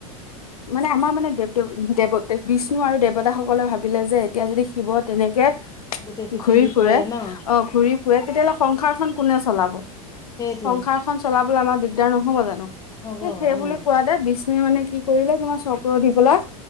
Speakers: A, on the left; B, on the left.
A: মানে আমাৰ মানে দেৱ দেৱ দেৱত দেৱ বিষ্ণু আৰু দেৱতাসকলে ভাবিলে যে এতিয়া যদি শিৱ তেনেকে
B: গোটেই পৃথিৱী
A: ঘূৰি ফুৰে
B: ঘূৰে ন
A: অ ঘুৰি সংসাৰখন কোনে চলাব,
B: সেইটোৱে
A: সংসাৰখন চলাবলৈ আমাৰ দিগদাৰ নহব জানো?
B: হ'ব অ',
A: সেই বুলি কোৱা তে বিষ্ণুৱে মানে কি কৰিলে তোমাৰ চক্ৰ দি পেলাই